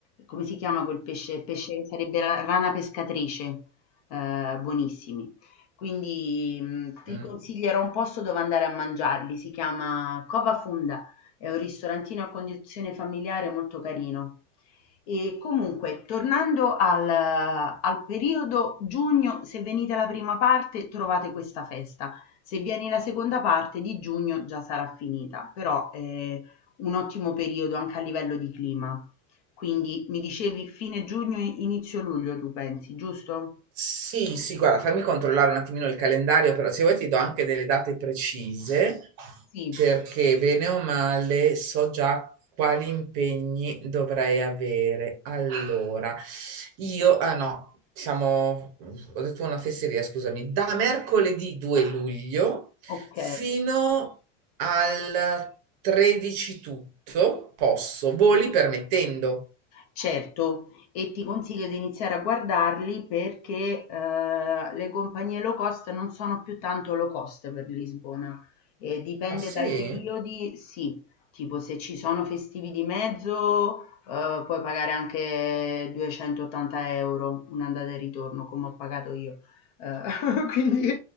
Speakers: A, on the left (about 30°); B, on the right (about 30°).
A: come si chiama quel pesce? Pesce sarebbe la rana pescatrice, ehm, buonissimi. Quindi, mhmm, ti
B: Mm.
A: consiglierò un posto dove andare a mangiarli, si chiama Cova Funda, è un ristorantino a condizione familiare molto carino. E comunque, tornando al al periodo giugno, se venite alla prima parte trovate questa festa, se vieni la seconda parte di giugno già sarà finita, però è un ottimo periodo anche a livello di clima. Quindi mi dicevi fine giugno, inizio luglio tu pensi, giusto?
B: Sì, sì, guarda, fammi controllare un attimino il calendario, però se vuoi ti do anche delle date precise,
A: Sì,
B: perché bene o male so già quali impegni dovrei avere. Allora, io, ah no, siamo, ho detto una fesseria, scusami, da mercoledì 2 luglio
A: ok.
B: fino al 13 tutto posso, voli permettendo.
A: Certo, e ti consiglio di iniziare a guardarli perché eh, le compagnie low cost non sono più tanto low cost per Lisbona. Eh, dipende
B: Ah sì?
A: dai periodi, sì, tipo se ci sono festivi di mezzo eh, puoi pagare anche 280 euro un'andata e ritorno come ho pagato io. Eh, <laughs> quindi